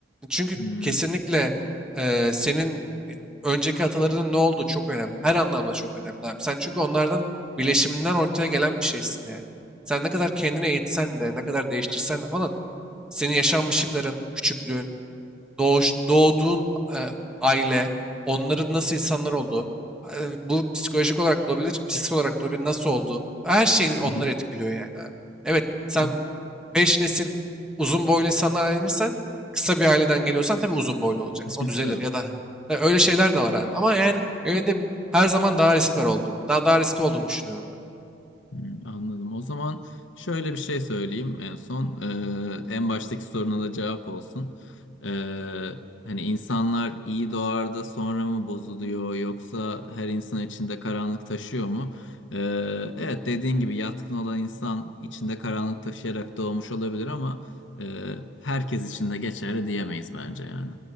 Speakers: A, in the centre; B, on the left.
A: Çünkü
B: Hmm,
A: kesinlikle eee, senin e, önceki atalarının ne olduğu çok önemli. Her anlamda çok önemli abi. Sen çünkü onlardan birleşiminden ortaya gelen bir şeysin yani. Sen ne kadar kendini eğitsen de, ne kadar değiştirsen de falan, senin yaşanmışlıkların, küçüklüğün, doğuş, doğduğun e, aile, onların nasıl insanlar olduğu, e, bu psikolojik olarak da olabilir, psikolojik olarak da olabilir, nasıl olduğu, her şeyini onlar
B: hı hı.
A: etkiliyor yani abi. Evet, sen
B: Yok,
A: 5 nesil uzun boylu insanlar evlenirsen, kısa bir aileden geliyorsan tabii uzun boylu olacaksın.
B: <laughs>
A: O düzelir
B: Tabii.
A: ya da ya öyle şeyler de var abi. Ama yani benim dediğim her zaman daha risk var olduğunu, daha, daha riskli olduğunu düşünüyorum ben.
B: Hmm, Anladım. O zaman şöyle bir şey söyleyeyim en son. Ee, en baştaki soruna da cevap olsun. Ee, hani insanlar iyi doğar da sonra mı bozuluyor yoksa her insan içinde karanlık taşıyor mu? Ee, evet dediğin gibi yatkın olan insan içinde karanlık taşıyarak doğmuş olabilir ama e, herkes için de geçerli diyemeyiz bence yani.